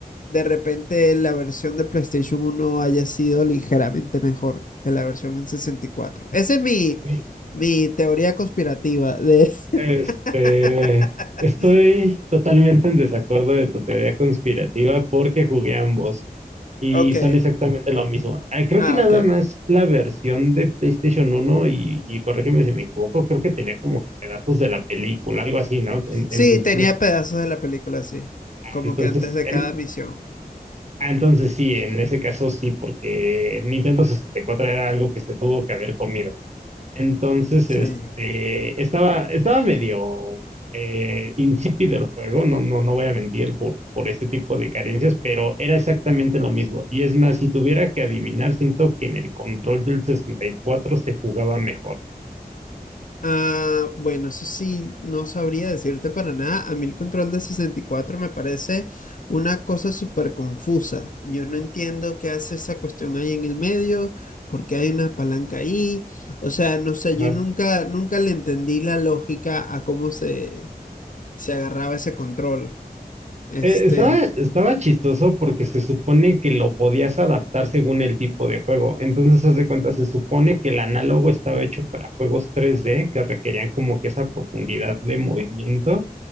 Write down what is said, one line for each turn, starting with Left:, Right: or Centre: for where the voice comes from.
Left: de repente la versión de PlayStation uno haya sido ligeramente mejor que la versión en 64. Esa es mi,
Right: Sí.
Left: mi teoría conspirativa de...
Right: Este,
Left: <laughs>
Right: estoy totalmente en desacuerdo de tu teoría conspirativa porque jugué ambos. Y
Left: Ok,
Right: son exactamente lo mismo. Ah, Creo
Left: ah,
Right: que nada
Left: ok.
Right: más la versión de PlayStation uno y, y corrígeme si me equivoco, creo que tenía como que pedazos de la película, algo así, ¿no?
Left: Sí,
Right: En, en sus
Left: tenía
Right: briefings.
Left: pedazos de la película, sí, como
Right: Entonces,
Left: que antes de
Right: en,
Left: cada misión.
Right: ah, entonces sí, en ese caso sí, porque Nintendo 64 era algo que se tuvo que haber comido. Entonces,
Left: Sí.
Right: este, estaba, estaba medio eh, insípido el juego, no, no, no voy a mentir por, por ese tipo de carencias, pero era exactamente lo mismo. Y es más, si tuviera que adivinar, siento que en el control del 64 se jugaba mejor.
Left: Ah, bueno, eso sí, no sabría decirte para nada. A mí el control de 64 me parece una cosa súper confusa. Yo no entiendo qué hace esa cuestión ahí en el medio, por qué hay una palanca ahí. O sea, no sé, yo
Right: Ajá.
Left: nunca, nunca le entendí la lógica a cómo se, se agarraba ese control. Este,
Right: Eh, estaba, estaba chistoso porque se supone que lo podías adaptar según el tipo de juego. Entonces, haz de cuenta, se supone que el análogo estaba hecho para juegos 3D que requerían como que esa profundidad de movimiento.